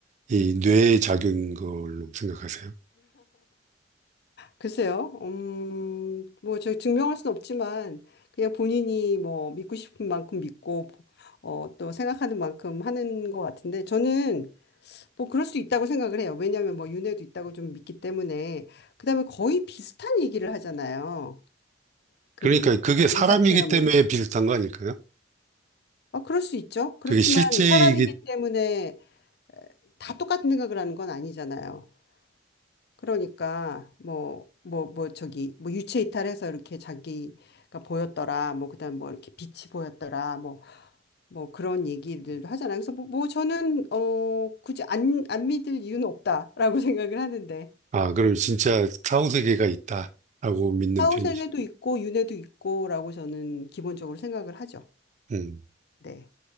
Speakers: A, on the right; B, on the left.
A: 이 뇌의 작용인 걸로 생각하세요?
B: 글쎄요. 음, 뭐, 저 증명할 수는 없지만, 그냥 본인이 뭐, 믿고 싶은 만큼 믿고, 어, 또 생각하는 만큼 하는 것 같은데, 저는 뭐, 그럴 수 있다고 생각을 해요. 왜냐하면 뭐, 윤회도 있다고 좀 믿기 때문에. 그다음에 거의 비슷한 얘기를 하잖아요. 그분,
A: 그러니까 그게 사람이기
B: 인사 체험을.
A: 때문에 비슷한 거 아닐까요?
B: 아, 그럴 수 있죠. 그렇지만
A: 그게 실제이기,
B: 사람이기 때문에 다 똑같은 생각을 하는 건 아니잖아요. 그러니까 뭐 뭐 뭐 저기 뭐 유체 이탈해서 이렇게 자기가 보였더라 뭐 그다음 뭐 이렇게 빛이 보였더라 뭐 뭐 그런 얘기들도 하잖아요. 그래서 뭐, 뭐 저는 어 굳이 안 안 믿을 이유는 없다라고 <laughs> 생각을 하는데
A: 아, 그럼 진짜 사후 세계가 있다라고 믿는
B: 사후세계도
A: 편이죠.
B: 있고 윤회도 있고라고 저는 기본적으로 생각을 하죠.
A: 음.
B: 네.